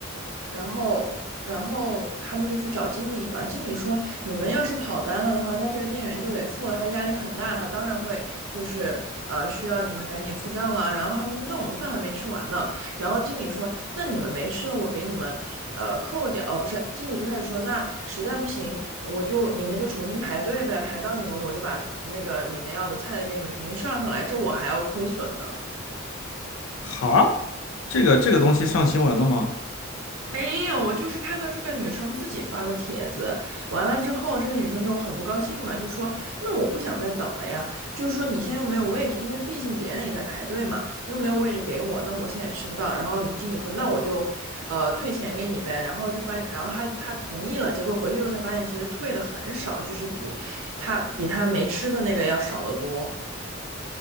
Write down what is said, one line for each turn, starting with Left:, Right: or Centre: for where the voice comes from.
Right: 然后，然后他们就去找经理嘛。经理说，你们要是跑单了的话，那这个店员就得付了，他压力很大，他当然会就是呃需要你们赶紧付账了。然后他们就说，那我们饭还没吃完呢。然后经理说，那你们没吃的，我给你们呃扣掉。哦，不是，经理就开始说，那实在不行，我就你们就重新排队呗，排到你们我就把那个你们要的菜的给你们重新上上来，这我还要亏损呢。
Left: 哈，这个这个东西上新闻了吗？
Right: 没有，我就是看到这个女生自己发的帖子，完了之后，这个女生就很不高兴嘛，就说：“那我不想再等了呀，就是说你现在又没有位置，因为毕竟别人也在排队嘛，又没有位置给我，那我现在也吃不到。”然后你经理说：“那我就，呃，退钱给你呗。”然后就发现，然后他他同意了，结果回去之后才发现，其实退的很少，就是比他比他没吃的那个要少得多。